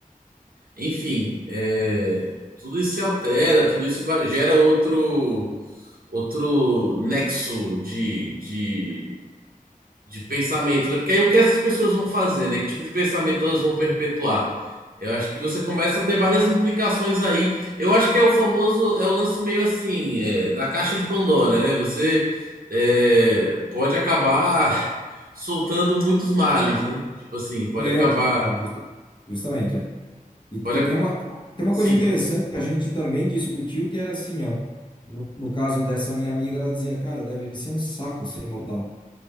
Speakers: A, on the right; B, on the left.
A: enfim, é, tudo isso se altera, tudo isso vai, gera outro outro nexo de, de, de pensamento, né? Porque aí o que essas pessoas vão fazer, né? Que tipo de pensamento elas vão perpetuar? Eu acho que você começa a ter várias implicações aí. Eu acho que é o famoso, é o lance meio assim, é, da caixa de Pandora, né? Você é, pode acabar <laughs> soltando muitos males, né? Tipo assim, pode
B: É,
A: acabar,
B: ju- não, justa- justamente, é. E,
A: pode,
B: e
A: ac-
B: tem uma, tem uma
A: sim,
B: coisa interessante que a gente também discutiu, que era assim, ó. No, no caso dessa minha amiga, ela dizia, cara, deve ser um saco ser imortal.